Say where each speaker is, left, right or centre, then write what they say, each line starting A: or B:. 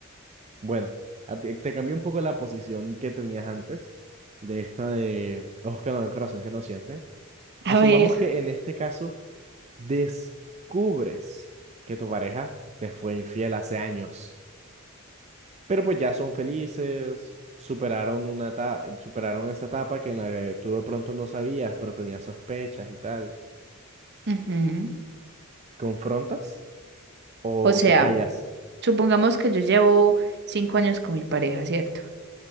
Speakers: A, on the right (about 30°); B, on the right (about 55°).
A: bueno, a ti- te cambió un poco la posición que tenías antes de esta de ojos que no ven, corazón que no siente.
B: <laughs>
A: Asumamos
B: A ver,
A: que en este caso descubres que tu pareja te fue infiel hace años, pero pues ya son felices, superaron una eta- superaron esa etapa que en la que tú de pronto no sabías, pero tenías sospechas y tal.
B: Ujú.
A: ¿Confrontas o
B: O sea,
A: te callas?
B: supongamos que yo llevo cinco años con mi pareja, ¿cierto?